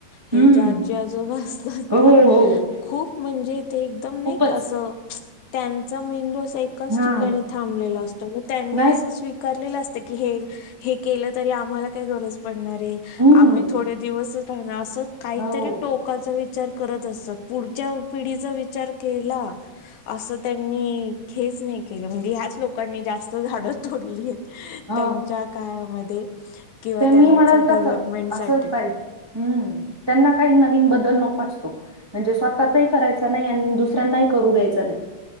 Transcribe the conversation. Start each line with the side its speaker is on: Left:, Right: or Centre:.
Right: हम्म.
Left: हे जे आजी आजोबा असतात
Right: हो,
Left: ना
Right: हो.
Left: खूप म्हणजे ते एकदम
Right: खूपच.
Left: नाही का असं, त्यांचा मेंदू असा एक एकाच
Right: हां.
Left: ठिकाणी थांबलेला असत, म त्यांनी
Right: नाही
Left: अस स्वीकारलेलं असत, की हे हे केलं तरी आम्हाला काय गरज पडणारेय,
Right: हं.
Left: आम्ही थोडे दिवसच राहणार, असं त काहीतरी
Right: हो,
Left: टोकाचा विचार करत असतात, पुढच्या पिढीचा विचार केला असं त्यांनी खेच नाही केलं म्हणजे, ह्याच लोकांनी जास्त झाडं तोडलीयेत.
Right: हो.
Left: त्यांच्या काळामध्ये किंवा
Right: ते मी
Left: त्यांचं
Right: म्हणलं
Left: डेव्हलपमेंटसाठी
Right: तसच, असंच पाहिजे. हम्म, त्यांना काही नवीन बदल नको असतो म्हणजे, स्वतःचाही करायचा नाही आणि दुस सऱ्यांनाही करू द्यायच नाही.